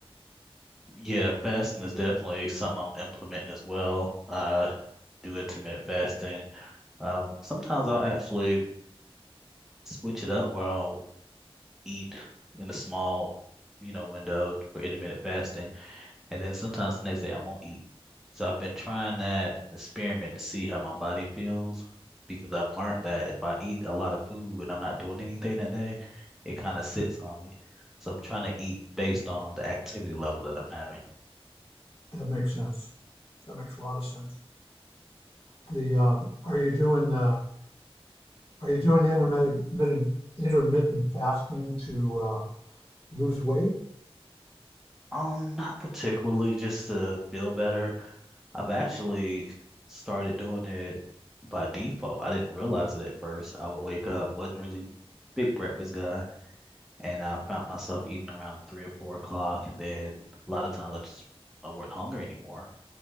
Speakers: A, in the centre; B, on the left.
A: Yeah, fasting is definitely something I'm implementing as well. Uh, do intermittent fasting. Um, sometimes I'll actually switch it up where I'll eat in a small, you know, window for intermittent fasting, and then sometimes the next day I won't eat. So I've been trying that experiment to see how my body feels because I've learned that if I eat a lot of food and I'm not doing anything that day, it kind of sits on me. So I'm trying to eat based on the activity level that I'm having.
B: That makes sense. That makes a lot of sense. The, um, are you doing, uh, are you doing intermittent, intermittent fasting to, uh, lose weight?
A: Um, not particularly, just to feel better. I've actually started doing it by default. I didn't realize it at first. I would wake up, wasn't really big breakfast guy, and I found myself eating around three or four o'clock, and then a lot of times I just I wasn't hungry anymore,